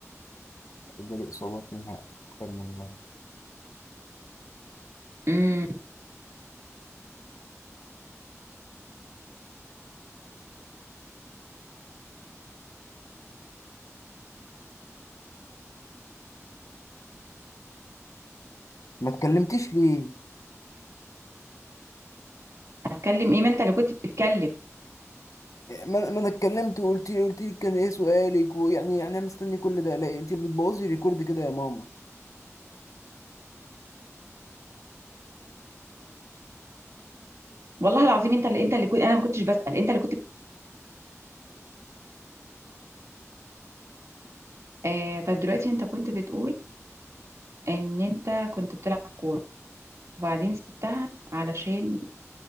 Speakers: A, on the left (about 80°); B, on the right (about 65°).
A: جالي إصابات منها أكتر من مرة
B: امم
A: ما اتكلمتيش ليه؟
B: هتكلم ايه ما انت اللي كنت بتتكلم
A: ما ما أنا اتكلمت وقلت لي قلت لي كان إيه سؤالك ويعني يعني أنا مستني كل ده لا أنت بتبوظي ريكورد كده يا ماما
B: والله العظيم انت اللي انت اللي كنت انا ما كنتش بسأل انت اللي كنت بت- آه طب دلوقتي انت كنت بتقول ان انت كنت بتلعب كورة وبعدين سبتها علشان